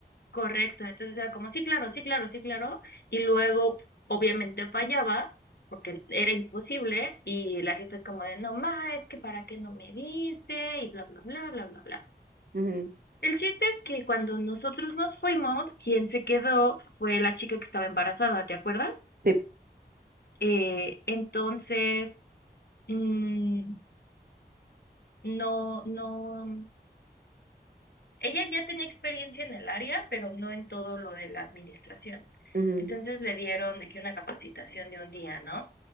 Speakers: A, on the left; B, on the right.
A: Correcto, entonces era como, sí, claro, sí, claro, sí, claro, y luego obviamente fallaba porque era imposible y la jefa es como de, no, ma, es que para qué no me dice y bla, bla, bla, bla, bla, bla.
B: Ujú,
A: El chiste es que cuando nosotros nos fuimos, quien se quedó fue la chica que estaba embarazada, ¿te acuerdas?
B: Sí.
A: Eh, entonces, mm, no, no. Ella ya tenía experiencia en el área, pero no en todo lo de la administración.
B: Ujú,
A: Entonces le dieron de que una capacitación de un día, ¿no?